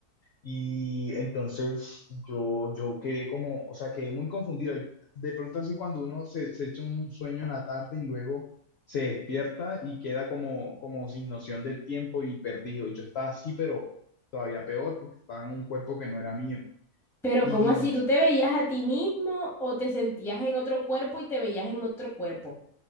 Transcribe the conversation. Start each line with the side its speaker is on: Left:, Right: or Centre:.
Left: Y entonces yo, yo quedé como, o sea, quedé muy confundido. De pronto así cuando uno se, se echa un sueño en la tarde y luego se despierta y queda como, como sin noción del tiempo y perdido. Y yo estaba así, pero todavía peor porque estaba en un cuerpo que no era mío.
Centre: Pero
Left: Y
Centre: ¿cómo así? ¿Tú te veías a ti mismo o te sentías en otro cuerpo y te veías en otro cuerpo?